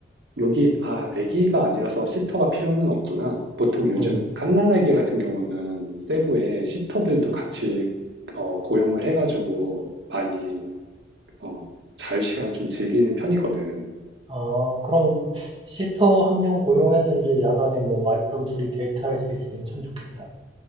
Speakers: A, on the right; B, on the right.
A: 여기, 아, 아기가 아니라서 시터가 필요는 없구나. 보통 요즘
B: 응.
A: 갓난아기 같은 경우는 세부에 시터들도 같이 어, 고용을 해가지고 많이 어, 자유시간을 좀 즐기는 편이거든.
B: 아 그럼 시터 한 명 고용해서 이제 야간에 뭐 와이프랑 둘이 데이트할 수 있으면 참 좋겠다.